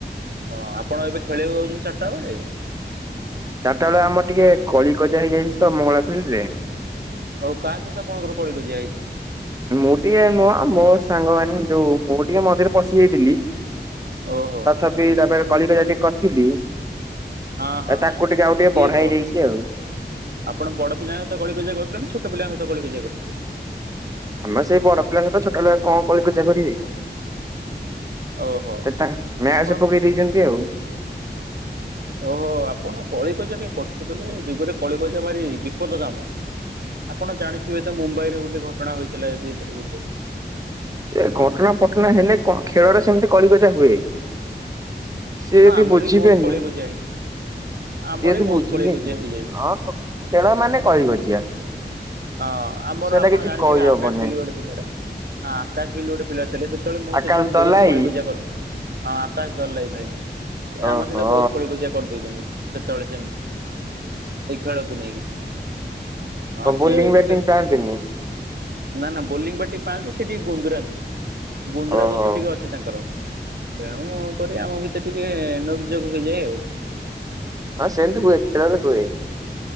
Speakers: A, on the right; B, on the right.
A: ଅ ଆପଣ ଏବେ ଖେଳିବାକୁ ଯାଉଛନ୍ତି ଚାରିଟା ବେଳେ?
B: ଚାରିଟା ବେଳେ ଆମର ଟିକେଏ କଳିକଜିଆ ହେଇଯାଇଛି ତ ମଙ୍ଗଳା ଫିଲ୍ଡରେ।
A: ଆଉ କାହା ସହିତ ଆପଣଙ୍କର କଳିକଜିିଆ ହେଇଛି?
B: ମୁଁ ଟିକେ ନୁହଁ ମୋ ସାଙ୍ଗମାନେ ଯୋଉ ମୁଁ ଟିକେ ମଝିରେ ପଶି ଯାଇଥିଲି।
A: ଓହୋ।
B: ତଥାପି ତାପରେ କଳିକଜିଆ ଟିକେ କରିଥିଲି।
A: ହଁ ହଁ
B: ତାକୁ ଟିକେ ଆଉ ଟିକେ
A: କିଏ
B: ବଢା
A: ବ
B: ହେଇ ଯାଇଛି ଆଉ।
A: ଆପଣ ବଡ ପିଲାଙ୍କ ସହିତ କଳିକଜିଆ କରିଛନ୍ତି ନା ଛୋଟ ପିଲାଙ୍କ ସହିତ କଳିକଜିଆ କରିଥିଲେ?
B: ଆମେ ସେଇ ବଡ ପିଲା ସହିତ ଛୋଟ ପିଲା କଁ କଳିକଜିଆ କରିବି?
A: ଓହୋ।
B: ସେଟା ମ୍ୟାଚ
A: ଆପଣ
B: ପକେଇ ଦେଇଛନ୍ତି ଆଉ।
A: ଓହୋ ଆପଣ କଳିକଜିଆ କାଇ କରୁଛନ୍ତି କହିଲେ ଯୁଗରେ କଳିକଜିଆ ଭାରି ବିପଦ କାମ। ଆପଣ ଜାଣିଥିବେ ତ ମୁମ୍ବାଇ ରେ ଗୋଟେ ଘଟଣା ହୋଇଥିଲା ଏବେ ଭିତରେ ଭିତରେ।
B: ସେ
A: ହଁ
B: ଘଟଣା ଫଟଣା ହେଲେ କ ଖେଳଟା ସେମିତି କଳିକଜିଆ ହୁଏ। ସିଏ
A: ହଁ
B: ବି
A: ଆମର
B: ବୁଝିବେନି
A: ବହୁତ କଳିକଜିଆ ହେଇଛି ଆମର
B: ସିଏ
A: ବି
B: ତ
A: ବହୁତ
B: ବୁଝିିବେନି
A: କଳିକଜିଆ ହେଇଯାଇଛି।
B: ହଁ ଓକେ ଖେଳ ମାନେ କଳିକଜିଆ।
A: ହଁ ଆମର
B: ସେଇଟା
A: ଆପଣ
B: କିଛି
A: ଜାଣିଥିବେ
B: କହିହବନି
A: ଆକାଶ ବୋଲି ଗୋଟେ ପିଲାଟା ହଁ ଆକାଶ ବୋଲି ଗୋଟେ ପିଲା ଥିଲେ ସେ ସେତେବେଳେ ମୋ
B: ଆକାଶ
A: ସହିତ ବି
B: ଦଲାଇ
A: ବହୁତ କଳିକଜିଆ କରୁଥିଲେ ଆକାଶ <unintelligible>
B: ଓହୋ
A: ଆମ ସହିତ ବହୁତ କଳିକଜିଆ କରିଦେଇଛନ୍ତି ସେତେବେଳେ ସେମତି ଏଇ ଖେଳକୁ ନେଇକି। ହଁ
B: କ ବୋଲିଂ
A: ସିଏ
B: ବ୍ୟାଟିଂ
A: କେ
B: ପାଆନ୍ତିନି?
A: ନା ନା ବୋଲିଂ ବାଟିଂ ପାଆନ୍ତି ସେ ଟିକେ ଗୁନ୍ଦୁରା ଗୁନ୍ଦୁରା
B: ଓହୋ
A: ଦୋଷ ଟିକେ ଅଛି ତାଙ୍କର। ତେଣୁ କରି ଆମ ଭିତରେ ଟିକେ ନୋକ୍ ଯୋକ୍ ହେଇଯାଏ ଆଉ।
B: ହଁ ସେମିତି ହୁଏ ଖେଳରେ ହୁଏ